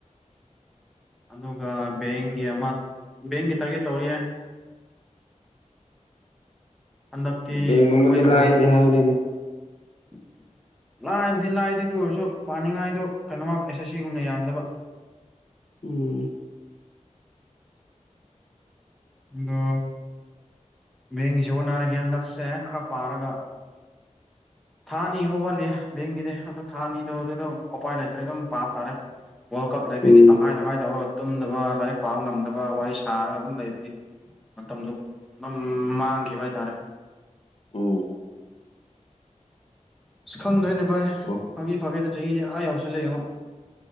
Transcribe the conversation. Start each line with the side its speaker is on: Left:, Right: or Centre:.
Centre: ꯑꯗꯨꯒ ꯕꯦꯡꯒꯤ ꯑꯃ ꯕꯦꯡꯒꯤ ꯇꯥꯔꯒꯦꯠ ꯇꯧꯔꯤ ꯌꯥꯏ ꯑꯟꯗꯛꯤ
Left: ꯕꯦꯡꯒꯨꯝꯕꯗꯤ
Centre: ꯀꯃꯥꯏ ꯇꯧꯧꯕ꯭ꯔ
Left: ꯂꯥꯏꯗꯤ ꯍꯥꯏꯕꯅꯤꯗ
Centre: <inaudible> ꯂꯥꯏꯕꯨꯗꯤ ꯂꯥꯏꯗꯤ ꯇ ꯑꯣꯏꯔꯁꯨ ꯄꯥꯅꯤꯡꯉꯥꯏꯗꯣ ꯀꯩꯅꯣꯃ ꯑꯦꯁꯦ ꯁꯤꯒꯨꯝꯅ ꯌꯥꯝꯗꯕ
Left: ꯎꯝ
Centre: ꯑꯗꯣ ꯃꯕꯦꯡꯒꯤꯁꯨ ꯍꯣꯠꯅꯔꯒ ꯍꯟꯗꯛꯁꯦ ꯈꯔ ꯄꯥꯔꯒ ꯊꯥ ꯑꯅꯤ ꯑꯃꯨ ꯋꯥꯠꯂꯤ ꯕꯦꯡꯒꯤꯗꯤ ꯑꯗꯨꯣ ꯊꯥ ꯑꯅꯤꯗꯨꯣ ꯑꯗꯨ ꯑꯗꯨꯝ ꯎꯄꯥꯏ ꯂꯩꯇ꯭ꯔꯦ ꯑꯗꯨꯝ ꯄꯥꯕ ꯇꯥꯔꯦ ꯋꯥꯔꯜ ꯀꯞ ꯂꯩꯕꯤꯒꯤ
Left: ꯎꯝ
Centre: ꯇꯪꯈꯥꯏ ꯇꯪꯈꯥꯏ ꯇꯧꯔꯒ ꯇꯨꯝꯗꯕ ꯂꯥꯏꯔꯤꯛ ꯄꯥꯕ ꯉꯝꯗꯕ ꯋꯥꯔꯤ ꯁꯥꯔꯒ ꯑꯗꯨꯝ ꯂꯩꯕꯤꯒꯤ ꯃꯇꯝꯗꯨ ꯑꯗꯨ ꯃꯥꯡꯈꯤꯕ ꯍꯥꯏꯇꯥꯔꯦ
Left: ꯎ
Centre: ꯑꯁ ꯈꯪꯗ꯭ꯔꯦꯅꯦ ꯚꯥꯏ
Left: ꯑꯣ
Centre: ꯐꯥꯒ ꯐꯥꯒꯦꯗ ꯆꯍꯤꯗꯤ ꯑꯥ ꯌꯥꯎꯁꯤꯜꯂꯛ ꯌꯦꯉꯣ